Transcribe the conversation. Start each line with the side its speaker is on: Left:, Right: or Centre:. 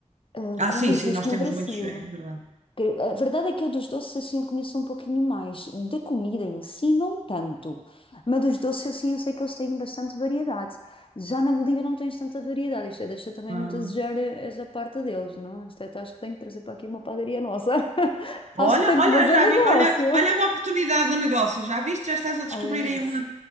Left: eh,
Right: Ah,
Left: como
Right: sim,
Left: existe
Right: sim, nós
Left: no
Right: temos
Left: Brasil.
Right: muitos, é é verdade.
Left: Cre- A verdade é que eu dos doces assim eu conheço um pouquinho mais. Da comida em si, não tanto. Mas dos doces assim eu sei que eles têm bastante variedade. Já na Bolívia não tens tanta variedade. Isto é, deixa também
Right: Ah,
Left: muito a desejar eh, essa parte deles, não? Isto é, acho que tenho que trazer para aqui uma padaria nossa. <laughs>
Right: Olha,
Left: Acho que tenho
Right: olha,
Left: que fazer
Right: já
Left: negócio.
Right: vi, olha, olha uma oportunidade de negócio, já viste? Já estás a descobrir
Left: Oh, Eunice,
Right: aí uma.